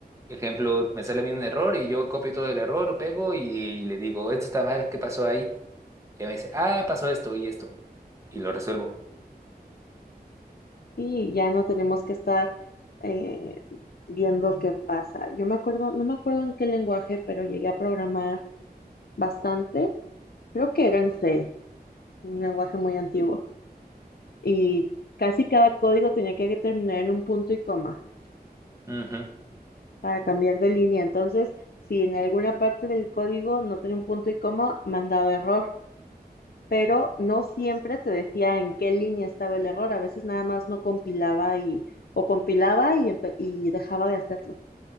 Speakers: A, on the right; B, on the left.
A: ejemplo, me sale a mí un error y yo copio todo el error, lo pego y le digo, esto está mal, ¿qué pasó ahí? Y ella me dice, ah, pasó esto y esto. Y lo resuelvo.
B: Y ya no tenemos que estar eh, viendo qué pasa. Yo me acuerdo, no me acuerdo en qué lenguaje, pero llegué a programar bastante. Creo que era en C, un lenguaje muy antiguo. y casi cada código tenía que terminar en un punto y coma
A: Ujú.
B: para cambiar de línea. Entonces, si en alguna parte del código no tenía un punto y coma, mandaba error, pero no siempre te decía en qué línea estaba el error. A veces nada más no compilaba y o compilaba y, empe- y dejaba de hacerlo.